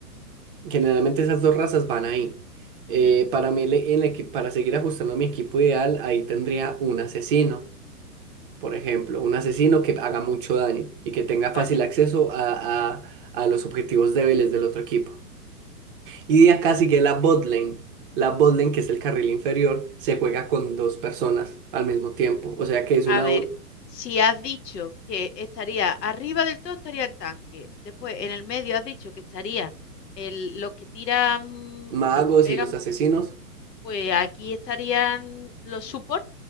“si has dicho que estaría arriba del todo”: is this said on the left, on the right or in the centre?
Left